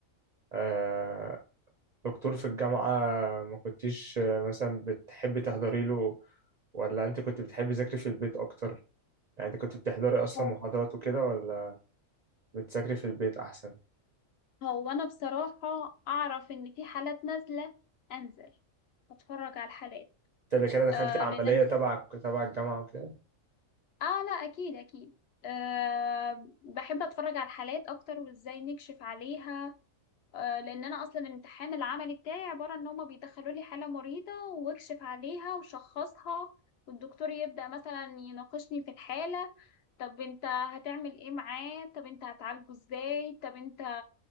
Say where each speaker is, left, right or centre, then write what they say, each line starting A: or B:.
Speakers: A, on the right; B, on the left.
A: آه، دكتور في الجامعة ما كنتيش آه، مثلا بتحبي تحضري له ولا انت كنت بتحبي تذاكري في البيت أكتر يعني انت كنت بتحضري أصلا
B: هو
A: محاضرات وكده ولا بتذاكري في البيت أحسن؟
B: هو انا بصراحة اعرف ان في حالات نازلة انزل اتفرج على الحالات
A: انت كده دخلتي
B: آه
A: عملية
B: لان أنا
A: تبع تبع الجامعة وكده
B: اه لا اكيد اكيد أه بحب اتفرج على الحالات اكتر وازاي نكشف عليها أه لان انا اصلا الامتحان العملي بتاعي عباره ان هما بيدخلوا لي حاله مريضه واكشف عليها وشخصها والدكتور يبدا مثلا يناقشني في الحاله طب انت هتعمل ايه معاه طب انت هتعالجه ازاي طب انت